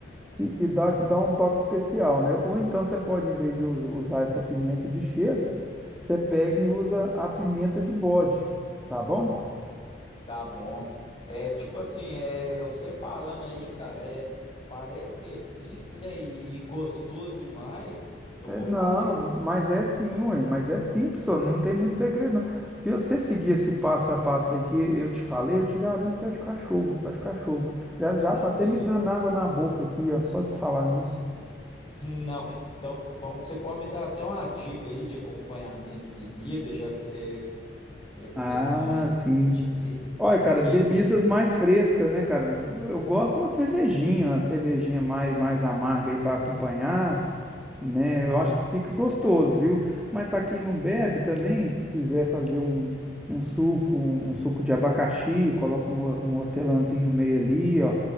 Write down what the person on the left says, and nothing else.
Uhum.
Tá bom. É tipo assim, é, você falando aí, cara, é, parece ser simples, né? E, e gostoso demais. Eu
vou
fazer sim.
Não,
beleza.
<laughs> Não. Então, bom que você pode me dar até uma dica aí de acompanhamento de bebida, já que você, já que
você manja
certinho aí. O
que
que você.
Hum,